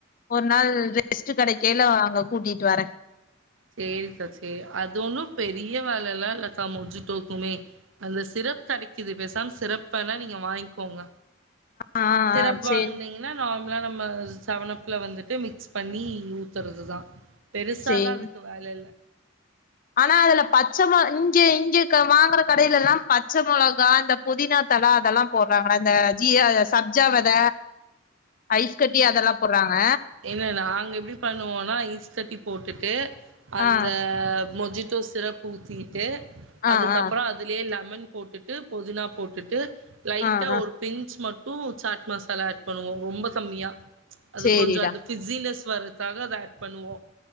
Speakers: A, on the left; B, on the right.
A: ஒரு நாள் ரெஸ்ட் கெடைக்கைல அங்க கூட்டிட்டு வரே
B: செரிக்கா செரி அது ஒன்னு பெரிய வேலல்லா இல்லக்கா மொஜிட்டோக்குமே. அந்த சிரப் கெடைக்குது பேசாம சிரப் வேணா நீங்க வாங்கிக்கோங்க.
A: ஆ ஆ
B: சிரப்
A: ஆ
B: வாங்குனீங்கனா
A: சேரி
B: நார்மலா நம்ம செவன்ப்ல வந்துட்டு மிக்ஸ் பண்ணி ஊத்துறதுதா பெருசாலா
A: சேரி
B: அதுக் வேல இல்ல
A: ஆனா அதுல பச்சை மொ இங்க இங்க வாங்குற கடைலலா இந்த பச்ச மொளகா அந்த புதினா தல அதெல்லா போடுறாங்களா இந்த ஜிய சப்ஜாவித ஐஸ் கட்டி அதெல்லா- போட்றாங்க
B: என்னா நாங்க எப்டி பண்ணுவோனா ஐஸ் கட்டி போட்டுட்டு அந்த
A: ஆ
B: மொஜிட்டோ சிரப் ஊத்திட்டு
A: ஆ
B: அதுக்கப்பற
A: ஆ
B: அ அதுலயே லெமன் போட்டுட்டு புதினா போட்டுட்டு லைட்டா
A: ஆ ஆ
B: ஒரு பின்ச் மட்டு சாட் மசாலா ஆட் பண்ணுவோ ரொம்ப கம்மியா. அது
A: சேரிடா
B: கொஞ்சோ அந்த பிஸ்ஸினஸ் வரத்துக்காக அத ஆட் பண்ணுவோ